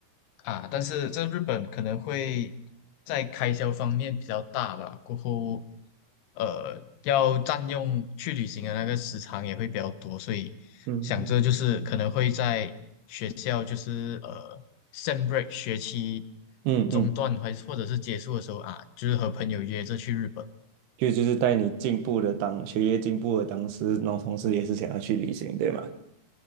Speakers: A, on the left (about 80°); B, on the right (about 75°).
A: 啊，但是在日本可能会在开销方面比较大吧，过后呃要占用去旅行的那个时长也会比较多，所以想着就是可能会在学校就是呃
B: 嗯嗯
A: sem break 学期
B: 嗯嗯，
A: 中断还是或者是结束的时候啊，就是和朋友约着去日本。
B: 就就是带你进步的当学业进步的当时，然后同时也是想要去旅行，对吗？